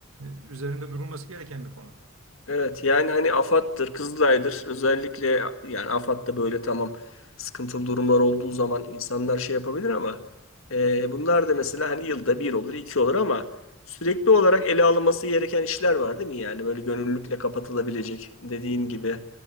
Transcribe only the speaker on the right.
e, üzerinde durulması gereken bir konu.